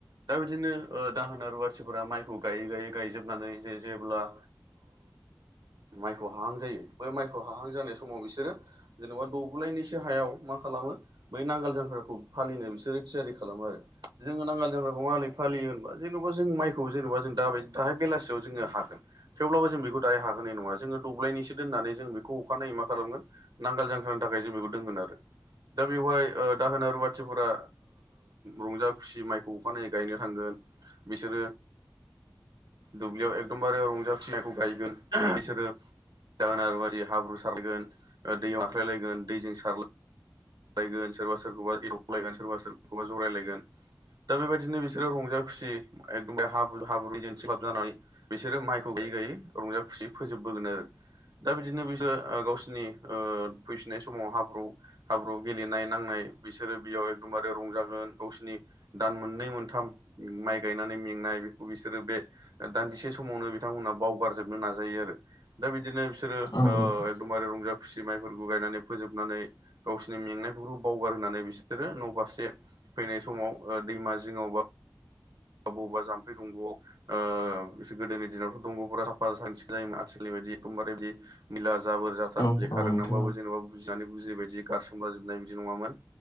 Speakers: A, on the right; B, on the left.
A: दा बिदिनो दाहोना रुवाथि फोरा माइखौ गायै गायै गायजोबनानै जे जेब्ला माइखौ हाहां जायो बै माइखौ हाहां जानाय समाव बिसोरो जेनेबा दब्लायनैसो हायाव मा खालामो बै नांगोल जांख्राखौ फालिनो बिसोरो थियारि खालामो आरो जोङो नांगाल जाग्राखौ माबोरै फालियो होनबा जेन'बा जों माइखौ खौ जेनेबा जों दाय दाहाय बेलासियाव जोङो हागोन थेवब्लाबो जों बेखौ दायो हाखानाय नङा जोङो दब्लायनैसो दोननानै जों बेखौ अखानायै मा खालामगोन नांगोल जांख्रानि थाखाय जों बेखौ दोनगोन आरो दा बेवहाय दाहोना रुवाथिफोरा रंजा खुसि माइखौ अखानायै गायनो थांगोन बिसोरो दुब्लियाव एकदमबारे रंजा <unintelligible> नायखौ गायगोन बिसोरो दाहोना रुवाथि हाब्रु सारलायगोन दैयाव नाख्लायलायगोन दैजों सारलाय लायगोन सोरबा सोरखौबा एदावलायगोन सोरबा सोरखौबा जरायलायगोन दा बेबायदिनो बिसोरो रंजा खुसि एखदमबारे हाब्रु हाब्रु दैजों थिंख्लाब जानानै बिसोरो माइखौ गायै गायै रंजा खुसियै फोजोबबोगोन आरो दा बिदिनो बिसोरो गावसोर नि ओ फैसिननाय समाव हाब्रु हाब्रुवाव गेलेनाय नांनाय बिसोरो बेयाव एकदमबारे रंजागोन गावसिनि दान मोननै मोनथाम माइ गायनानै मेंनाय बेखौ बिसोरो बे दान्दिसे समावनो बिथांमोना बावगारजोबनो नाजायो आरो दा बिदिनो बिसोरो
B: औ नोंथां
A: एकदबारे रंजा खुसि माइफोरखौ गायनानै फोजोबनानै गावसिनि मेंनायफोरखौ बावगार होनानै बिसोरो न' फारसे फैनाय समाव दैमा जिङावबा बबबा जाम्फै दंग'आव गोदोनि दिनावथ' दंग'फोरा साफा साखोन-सिखोन जायोमोन आथिखालनि बायदि एखदमबारे बिदि मैला जाबोर जाथा
B: औ
A: लेखा
B: औ
A: रोंनानैबाबो
B: नोंथां
A: जेन'बा बुजिनानै बुजियबायदि गारसोमला जोबनाय बिदि नङामोन